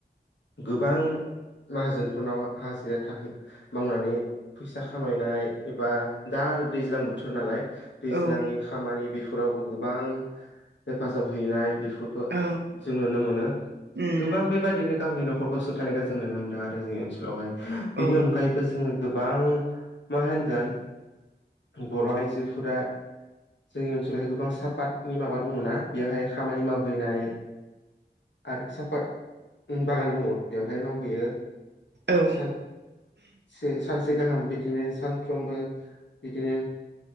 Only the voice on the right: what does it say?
ओं
औ
उम
औ
औ